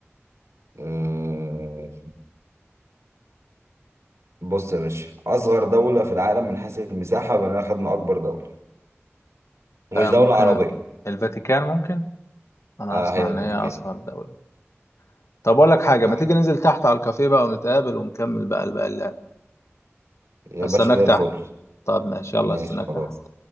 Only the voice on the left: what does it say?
آه
ممكن
الفاتيكان ممكن انا
اسمع
ان
هي اصغر دوله طب اقول لك حاجه
ما تيجي
ننزل تحت على الكافيه بقى ونتقابل ونكمل بقى الباقي اللعب
هستناك
تحت
طب ماشي يلا
هستناك
تحت